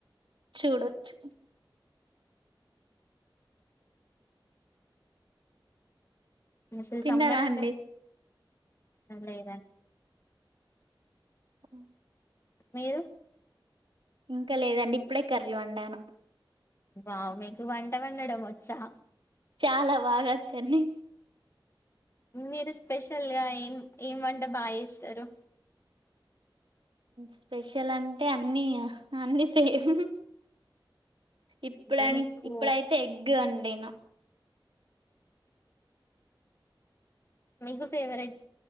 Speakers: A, on the right; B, on the left.
A: చూడొచ్చు
B: ఇంగ అసలు
A: తిన్నారా
B: సమ్మర్ అంటే
A: అండి
B: లేదండి
A: ఓ
B: మీరు
A: ఇంకా లేదండి ఇప్పుడే కర్రీ వండాను
B: వావ్ మీకు వంట వండడం వచ్చా
A: చాలా బాగొచ్చండి
B: మీరు స్పెషల్ గా ఏం ఏం వంట బాగా ఎస్తారు
A: స్పెషల్ అంటే అన్ని ఇగ అన్ని సేమ్ ఇప్పుడన్
B: అంటే మీకు
A: ఇప్పుడైతే ఎగ్ అండి నా
B: మీకు ఫేవరెట్